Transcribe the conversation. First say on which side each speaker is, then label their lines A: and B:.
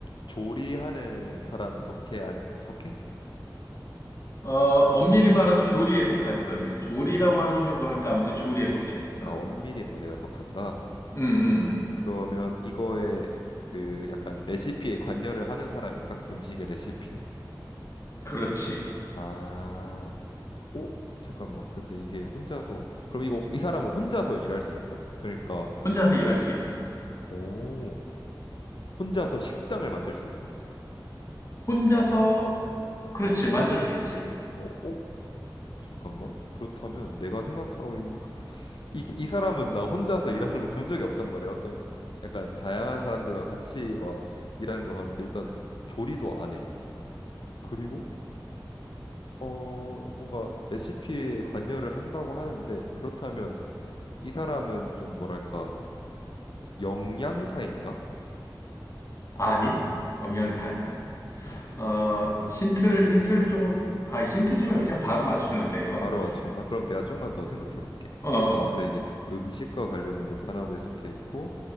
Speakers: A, on the left; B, on the left.
A: 조리하는 사람에 속해, 속해?
B: 어, 엄밀히 말하면 조리에 속하는 거지. 조리라고 하긴 좀 그런데 아무튼 조리에 속해.
A: 아,
B: 어.
A: 엄밀히 말해야 속한다.
B: 음, 음, 음.
A: 그러면 이거에 그 약간 레시피에 관여를 하는 사람인가? 음식의 레시피에?
B: 그렇지.
A: 아, 오, 잠깐만. 근데 이게 혼자서 그럼 이거 이 사람은 혼자서 일할 수 있어? 그러니까
B: 혼자서 일할 수 있어.
A: 오, 혼자서 식당을 만들 수 있어?
B: 혼자서, 그렇지. 만들 수 있지.
A: 어, 어? 잠깐만. 그렇다면 내가 생각하고 있는 거- 이, 이 사람은 나 혼자서 일하는 걸 본 적이 없단 말이야. 어떤 약간 다양한 사람들과 같이 막 일하는 걸 봤는데 일단 조리도 안 해. 그리고 어, 뭔가 레시피에 관여를 한다고 하는데 그렇다면 이 사람은 좀 뭐랄까 영양사인가?
B: 아니? 영양사 아니야.
A: 아,
B: 어, 힌트를, 힌트를 조금, 아, 힌트 주면 그냥 바로 맞추는데, 이거.
A: 바로 맞춘가? 그럼 내가 좀만 더 생각해 볼게.
B: 어, 어.
A: 그래 이게 음식과 관련된 산업에 속해 있고